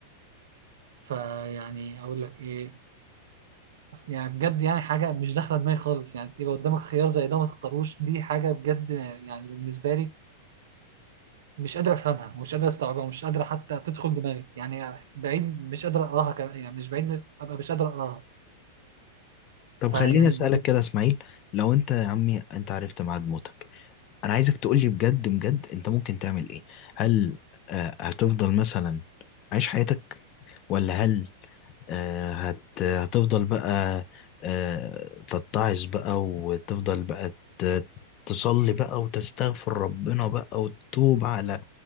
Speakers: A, on the right; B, on the left.
A: فيعني اقول لك ايه اصل يعني بجد يعني حاجه مش داخله دماغي خالص يعني يبقى قدامك خيار زي ده ما تختاروش دي حاجه بجد يعني بالنسبه لي مش قادر افهمها ومش قادر استوعبها ومش قادر حتى تدخل دماغي يعني بعيد مش قادر اقراها كمان يعني مش بعيد ابقى مش قادر اقراها
B: طب
A: فيعني
B: خليني اسالك
A: ب-
B: كده يا اسماعيل لو انت يا عمي انت عرفت ميعاد موتك انا عايزك تقولي بجد بجد انت ممكن تعمل ايه هل آه، هتفضل مثلا عايش حياتك ولا هل آه، هت هتفضل بقى آه، تتعظ بقى وتفضل بقى ت- تصلي بقى وتستغفر ربنا بقى وتتوب على